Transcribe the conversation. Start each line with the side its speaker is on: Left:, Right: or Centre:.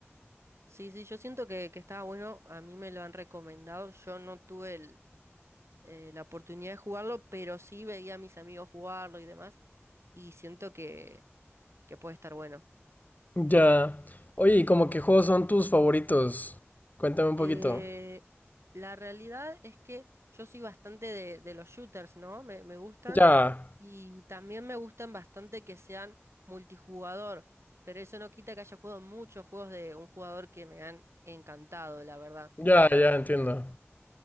Right: sí, sí, yo siento que, que estaba bueno, a mí me lo han recomendado, yo no tuve el, eh, la oportunidad de jugarlo, pero sí veía a mis amigos jugarlo y demás, y siento que, que puede estar bueno.
Left: Ya. Oye, ¿y como qué juegos son tus favoritos? Cuéntame un
Right: Eh,
Left: poquito.
Right: la realidad es que yo soy bastante de, de los shooters, ¿no? Me, me gustan,
Left: Ya,
Right: y también me gustan bastante que sean multijugador, pero eso no quita que haya jugado muchos juegos de un jugador que me han encantado, la verdad.
Left: ya, ya entiendo.